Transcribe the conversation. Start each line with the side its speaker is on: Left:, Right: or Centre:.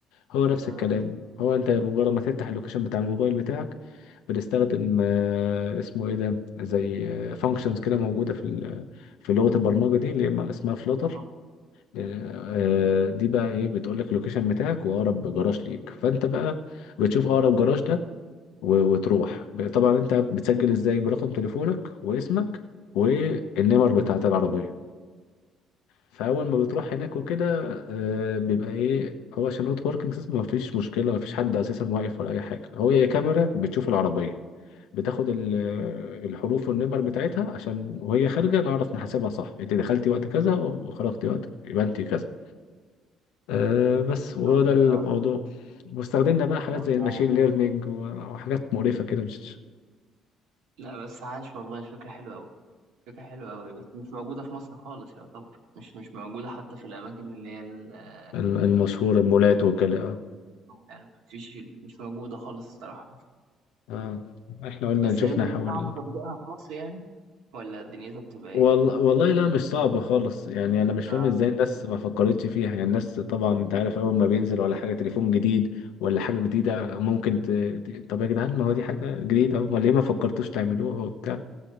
Left: هو نفس
Right: أيوه
Left: الكلام هو انت مجرد ما تفتح اللوكيشن بتاع الموبايل بتاعك بنستخدم آه، اسمه ايه ده زي فانكشنز كده موجودة في ال- في لغة البرمجة دي اللي هي اسمها فلاتر
Right: تمام
Left: آه، دي بقى ايه بتقول لك اللوكيشن بتاعك واقرب جراج ليك فانت بقى بتشوف اقرب جراج ده و- وتروح ب- طبعا انت بتسجل ازاي برقم تليفونك واسمك والنمر
Right: آه،
Left: بتاعت العربيه فاول ما بتروح هناك وكده آه، بيبقى ايه هو عشان اوت باركنج سيستم مفيش مشكله مفيش حد اساسا واقف ولا اي حاجه هو هي كاميرا بتشوف
Right: أيوه
Left: العربيه بتاخد ال- الحروف والنمر بتاعتها عشان وهي خارجه نعرف نحاسبها صح انت دخلتي وقت كذا وخرجتي وقت يبقى انت كذا آه، بس وهو
Right: أول
Left: ده الموضوع
Right: حوار
Left: واستخدمنا بقى حاجات
Right: ده والله.
Left: زي الماشين ليرنينج و- وحاجات مقرفة كده مش
Right: لا بس عاش والله الفكرة حلوة أوي فكرة حلوة أوي بس مش موجودة في مصر خالص يعتبر مش مش موجودة حتى في الأماكن اللي هي ال- آه،
Left: ال- المشهورة المولات وكده
Right: يعني مفيش مش موجودة خالص الصراحة
Left: اه احنا قلنا
Right: بس
Left: شفنا
Right: هي اللي
Left: حول
Right: صعب تطبيقها في مصر يعني ولا دنيتها بتبقى إيه؟
Left: والله والله لا مش صعبة خالص يعني انا مش فاهم
Right: آه.
Left: ازاي الناس ما فكرتش فيها يعني الناس طبعا انت عارف اول ما بينزل ولا حاجة تليفون جديد ولا حاجة جديدة
Right: أهلا.
Left: ممكن ت... ت- طب يا جدعان ما هو دي حاجة جديدة هم ليه ما فكرتوش تعملوها وبتاع